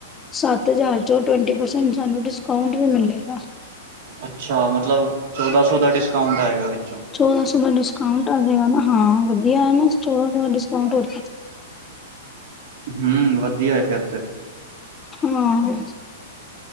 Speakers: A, on the left; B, on the right.
A: ਸੱਤ ਹਜ਼ਾਰ 'ਚੋਂ ਟਵੰਟੀ ਪਰਸੈਂਟ ਸਾਨੂੰ, ਡਿਸਕਾਊਂਟ ਵੀ ਮਿਲੇਗਾ।
B: ਅੱਛਾ, ਮਤਲਬ ਚੌਦਾਂ ਸੌ ਦਾ ਡਿਸਕਾਊਂਟ ਆਏਗਾ ਵਿੱਚੋਂ?
A: ਚੋਦਾਂ ਸੋ ਦਾ ਡਿਸਕਾਉਂਟ ਆ ਜੇ ਗਾ, ਹਾਂ ਵਧੀਆ ਚੋਦਾਂ ਸੋ ਦਾ ਡਿਸਕਾਉਂਟ ਡ
B: ਹਮ ਵਧੀਆ, ਫੇਰ ਤੇ-
A: ਹਾਂ-